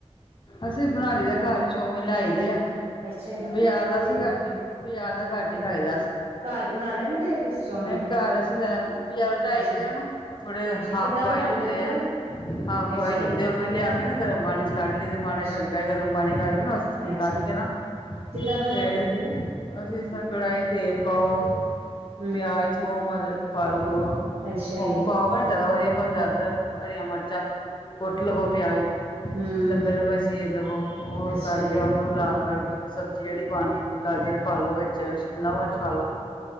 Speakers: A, on the left; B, on the right.
A: ਅਸੀਂ ਬਣਾ ਲਈ ਦਾ
B: ਹਾਂ
A: ਘਰ ਚੋਮਿਨ ਲੈਈ ਦੇ ਆ।
B: ਅੱਛਾ ਈ।
A: ਬਾਜ਼ਾਰ ਦਾ ਅਸੀਂ ਘੱਟ ਈ ਬਾਜ਼ਾਰ ਦਾ ਘੱਟ ਈ ਖਾਈਦਾ ਅਸੀਂ-
B: ਘਰ ਬਣਾ ਲੈਂਦੇ ਹੋ ਤੁਸੀਂ ਚੌਮਿਨ
A: ਨਈ ਘਰ ਅਸੀਂ ਲੈ ਬਜਾਰੋਂ ਲੈ ਆਈ
B: ਅੱਛਾ
A: ਦੇ ਆ ਨਾ ਉ- ਥੋੜੇ
B: ਅੱਛਾ
A: ਹਾਫ਼
B: ਕਿੱਦਾਂ
A: ਬੁਆਇਲ
B: ਬਣਾਉਂਦੇ
A: ਹੁੰਦੇ
B: ਹੋ
A: ਆ।
B: ਤੁਸੀਂ
A: ਹਾਫ਼
B: ਅੱਛਾ
A: ਬੋਆਇਲ
B: ਜੀ
A: ਹੁੰਦੇ ਆ ਫਿਰ ਲਿਆ ਕੇ ਨਾ ਗਰਮ ਪਾਣੀ 'ਚ ਕੱਢ ਲਈ ਦੇ ਮਾੜਾ
B: ਅੱਛਾ
A: ਹਲਕਾ ਗਰਮ ਪਾਣੀ ਕਰਕੇ ਨਾ ਉਸ
B: ਅੱਛਾ
A: ਕੱਢ ਕੇ ਨਾ।
B: ਕਿੱਦਾਂ ਬਣਾਂਦੇ
A: ਤੇ
B: ਹੋ ਤੁਸੀਂ
A: ਅਸੀਂ ਤਾ ਕੜਾਈ ਹੀ ਤੇਲ ਪਾਓ
B: ਹਮ
A: ਪਿਆਜ, ਥੋਮ, ਅਦਰਕ ਪਾ ਲਵੋ।
B: ਅੱਛਾ
A: ਥੋਮ
B: ਜੀ
A: ਪਾਓਗੇ ਨਾ ਜਾਦਾ ਵਧੀਆ ਬਣਦਾ ਹਰੀਆਂ ਮਿਰਚਾਂ ਕੁੱਟ ਲਵੋ ਪਿਆਜ
B: ਹਮ
A: ਲੰਬੇ-ਲੰਬੇ ਚੀਰ ਲਵੋ ਉਹ
B: ਅੱਛਾ
A: ਕਰਕੇ
B: ਜੀ
A: ਉਹਨੂੰ ਲਾਲ ਕਰਕੇ ਫਿਰ ਸਬਜ਼ੀ ਜਿਹੜੀ ਪਾਣੀ ਗਾਜਰ ਪਾ ਲੋ ਵਿੱਚ ਸ਼ਿਮਲਾ ਮਿਰਚ ਪਾ ਲੋ